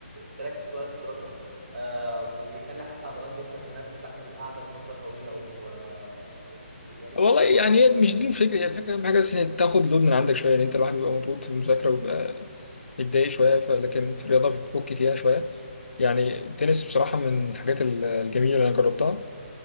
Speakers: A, on the right; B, on the left.
A: تركز شويه في الدراسه آه، وبيخلي حتى عضلات جسمك انها تستحمل القعده لفتره طويله و آه، وب- يعني
B: والله يعني
A: الموضوع
B: هي مش دي الفكره هي الفكره اهم حاجه بس ان تاخد لود من عندك شويه ان انت الواحد بيبقى مضغوط في المذاكره وبيبقى بتضايق شويه ف- لكن في الرياضه بتفك فيها شويه يعني التنس بصراحه من الحاجات ال- الجميله اللي انا جربتها